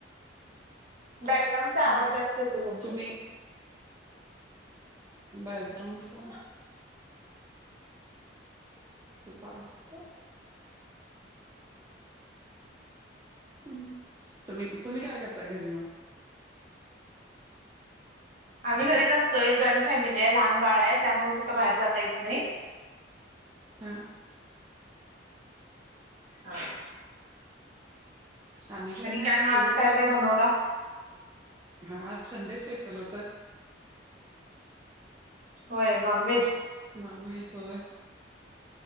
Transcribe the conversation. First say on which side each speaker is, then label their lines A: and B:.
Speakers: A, on the right (about 45°); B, on the right (about 20°).
A: बॅकग्राउंडचा
B: हम्म
A: आवाज जास्त येतो तुमच्या
B: तुम्ही बॅकग्राउंडचा उफार देतो तुम्ही तुम्ही काय करताय घरी मं
A: आम्ही घरीच असतोय जॉईंट फॅमिली आहे, लहान बाळ आहे त्यामुळे कुठं बाहेर जाता येत नाही
B: हा
A: हा
B: आम्ही पण
A: आणि
B: असतो
A: काय मग आज
B: घरी
A: काय
B: म्हणजे
A: काय बनवला?
B: हा आज संडे स्पेशल होतं
A: होय नॉनव्हेज
B: नॉनव्हेज होय.